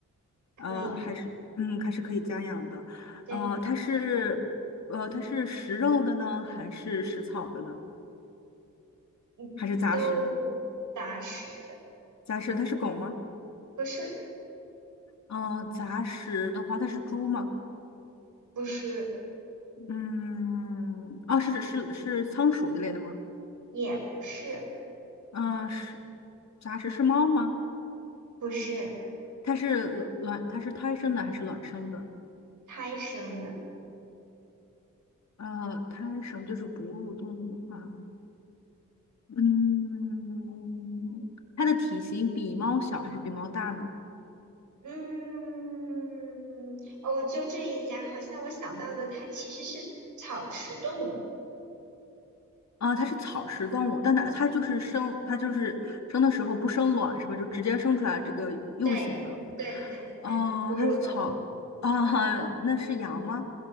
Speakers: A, on the right; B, on the left.
A: 可以，
B: 呃，还是，嗯，还是可以家养的，
A: 对，
B: 呃，它是，呃，它是食肉的呢，还是食草的呢？
A: 嗯，
B: 还是杂食的？
A: 都打死的，
B: 杂食，它是狗吗？
A: 不是，
B: 嗯、呃杂食的话，它是猪吗？
A: 不是，
B: 嗯，啊，是是是仓鼠一类的吗？
A: 也不是，
B: 嗯、是杂食是猫吗？
A: 不是
B: 它是卵卵，它是胎生的还是卵生的？
A: 胎生的，
B: 呃，胎生就是哺乳动物的话，嗯，它的体型比猫小还是比猫大呢？
A: 嗯，哦我纠正一下，好像我想到的它其实是草食动物，
B: 啊，它是草食动物，但它它就是生，它就是生的时候不生卵是吧？就直接生出来这个幼型的。
A: 对，对对对，
B: 哦，
A: 哺乳动物，
B: 它是草啊，
A: 对，
B: <laughs> 那是羊吗？